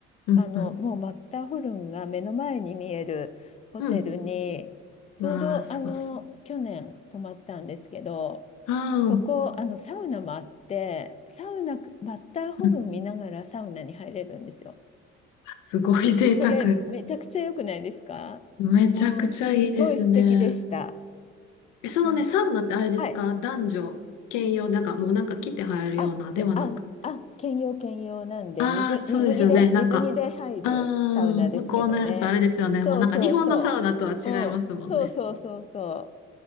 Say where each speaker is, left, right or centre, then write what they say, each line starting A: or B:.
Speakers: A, on the left; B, on the left.
A: うん、
B: あの、
A: うん、
B: もうマッターホルンが目の前に見えるホテルに、
A: うん。
B: ちょうど、
A: わあ、すごそう。
B: あの、去年泊まったんですけど、
A: ああ、
B: そこ、
A: う
B: あの、サウナもあって、サウナ、マッターホルン見ながらサウナに入れるんですよ。
A: ん。すごい贅沢。
B: それ、めちゃくちゃ良くないですかもう、
A: めちゃくちゃいいですね。
B: すっごい素敵でした。
A: え、そのね、
B: なんか、
A: サウナってあれですか男女兼用、
B: はい。
A: なんかもうなんか来て入るようなではなく。
B: あ、けあ、あ、兼用兼用なんで、
A: ああ、
B: 水、
A: そうですよね。
B: 水着で、
A: なんか、
B: 水着で入るサウナですけどね。
A: ああ、向こうのやつあれですよね。
B: そうそうそう。
A: もうなんか日本のサウナとは違いますもんね。
B: うん、そうそうそうそう。